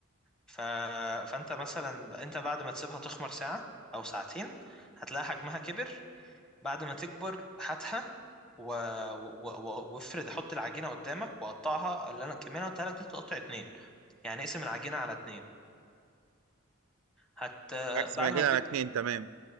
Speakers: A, in the centre; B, on the right (about 85°).
A: ف... فانت مثلا انت بعد ما تسيبها تخمر ساعة او ساعتين هتلاقي حجمها كبر بعد ما تكبر هاتها و... و... و... وافرد حط العجينة قدامك وقطعها اللي انا الكمية اللي أنا قلتها لك دي تقطع اتنين يعني اقسم العجينة على اتنين هت
B: عكس
A: بعد
B: ما جينا
A: ما تجيب
B: على اتنين تمام